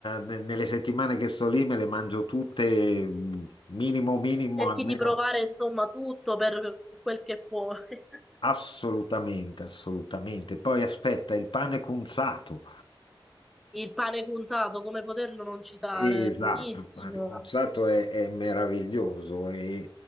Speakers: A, on the left; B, in the centre.
A: ne- nelle settimane che sto lì, me le mangio tutte, mh, minimo, minimo,
B: Cerchi
A: almeno
B: di provare insomma tutto per quel che puoi. <laughs>
A: assolutamente, assolutamente. Poi aspetta, il pane cunzato.
B: Il pane cunzato, come poterlo non citare,
A: Esatto,
B: è buonissimo.
A: ma il concerto è, è meraviglioso e,